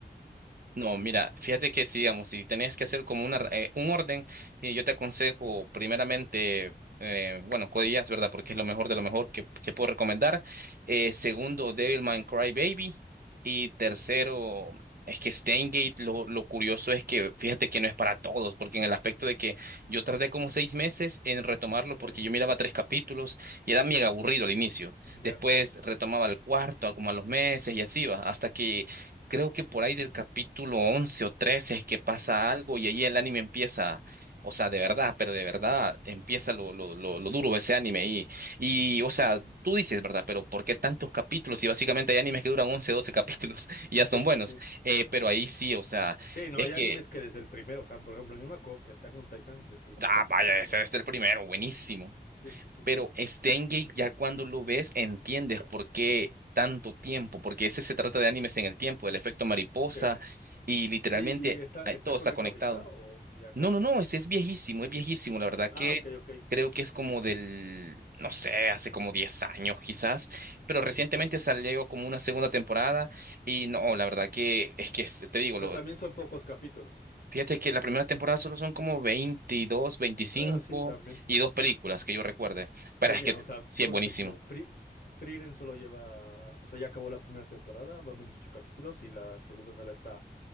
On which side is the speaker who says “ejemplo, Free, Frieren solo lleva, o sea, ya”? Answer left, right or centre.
Left